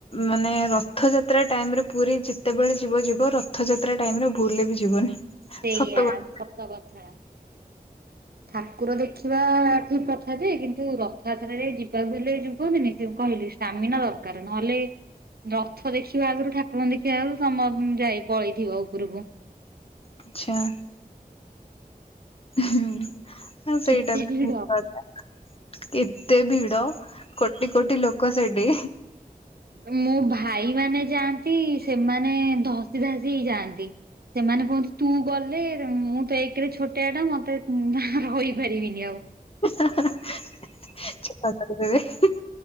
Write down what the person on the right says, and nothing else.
ସେଇଆ
ସତ କଥା। ଠାକୁର ଦେଖିବା ଠିକ କଥା ଯେ, କିନ୍ତୁ ରଥଯାତ୍ରାରେ ଯିବାକୁ ହେଲେ ଏ ଯୋଉ କୁହନ୍ତିନି ଯେ କହିଲି ଷ୍ଟାମିନା ଦରକାର ନହେଲେ ରଥ ଦେଖିବା ଆଗରୁ ଠାକୁରଙ୍କୁ ଦେଖିବା ଆଗରୁ ସମ ଯାଇ ପଳେଇଥିବ ଉପରକୁ।
କେତେ
ଭିଡ
ମୋ ଭାଇ ମାନେ ଯାଆନ୍ତି ସେମାନେ ଧସି ଧାସି ହେଇ ଯାଆନ୍ତି। ସେମାନେ କୁହନ୍ତି ତୁ ଗଲେ ମୁଁ ତ ଏକରେ ଛୋଟିଆ ଟା ମତେ ରହିପାରିବିନି ଆଉ।